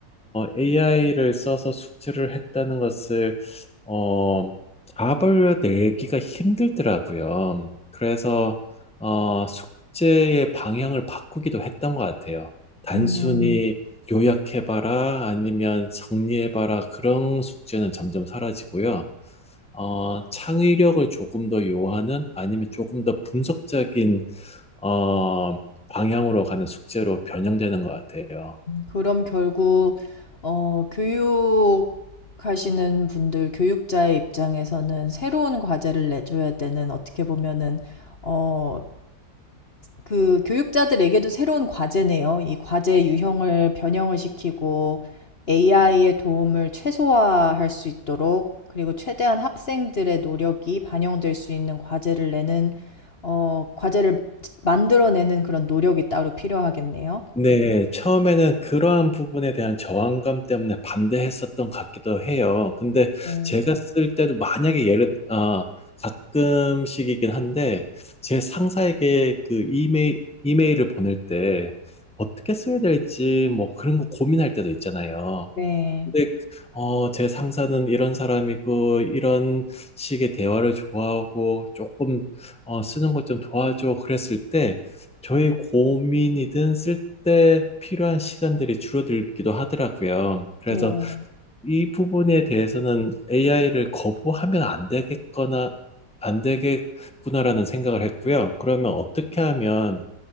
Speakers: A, in the centre; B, on the left (about 40°).
A: AI를 써서 숙제를 했다는 것을 어, 잡아내기가 힘들더라고요. 그래서 어, 숙제의 방향을 바꾸기도 했던 것 같아요. 단순히
B: 음.
A: 요약해봐라 아니면 정리해봐라 그런 숙제는 점점 사라지고요. 어, 창의력을 조금 더 요하는 아니면 조금 더 분석적인 어, 방향으로 가는 숙제로 변형되는 것 같아요.
B: 그럼 결국 어, 교육하시는 분들, 교육자의 입장에서는 새로운 과제를 내줘야 되는 어떻게 보면은 어, 그 교육자들에게도 새로운 과제네요. 이 과제 유형을 변형을 시키고 AI의 도움을 최소화할 수 있도록 그리고 최대한 학생들의 노력이 반영될 수 있는 과제를 내는 어, 과제를 만들어내는 그런 노력이 따로 필요하겠네요.
A: 네, 처음에는 그러한 부분에 대한 저항감 때문에 반대했었던 것 같기도 해요. 근데
B: 음,
A: 제가 쓸 때도 만약에 예를, 아, 가끔씩이긴 한데, 제 상사에게 그 이메일, 이메일을 보낼 때 어떻게 써야 될지 뭐 그런 거 고민할 때도 있잖아요.
B: 네.
A: 근데 어, 제 상사는 이런 사람이고 이런 식의 대화를 좋아하고 조금 어, 쓰는 것 좀 도와줘 그랬을 때 저의 고민이든 쓸 때 필요한 시간들이 줄어들기도 하더라고요. 그래서
B: 네.
A: 이 부분에 대해서는 AI를 거부하면 안 되겠거나 안 되겠구나라는 생각을 했고요. 그러면 어떻게 하면